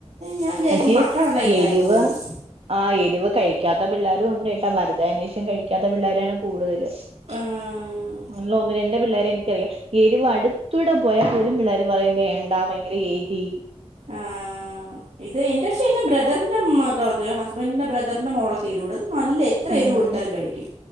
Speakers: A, on the right; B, on the right.
A: ഞാൻ വിചാരിക്കും
B: പക്ഷെ
A: ഈ മക്കളെന്താ ഇങ്ങനായിപ്പോയേന്ന്
B: എരിവ് ആഹ് എരിവ് കഴിക്കാത്ത പിള്ളേരുണ്ട് ട്ടാ വെർതേ അന്യോഷ്ചാ കഴിക്കാത്ത പിള്ളോരാണ് കൂടുതൽ
A: ആഹ്
B: ഒന്ന് ഒന്ന് രണ്ട് പിള്ളേരോക്കേ എനിക്കറിയാം എരിവ് അടുത്തൂടെ പോയാലും പിള്ളേർ പറയും വേണ്ട ഭയങ്കര എരി
A: ആഹ് ആഹ് ഇത് എന്റെ പക്ഷെ എന്റെ ബ്രദറിന്റെ മകളൊക്കെ ഹസ്ബന്റിന്റെ ബ്രദറിന്റെ മോളൊക്കെ എരിവ് കൂട്ടും അത് നല്ല എത്ര
B: ഉം
A: എരിവ് കൊടുത്താലും കഴിക്കും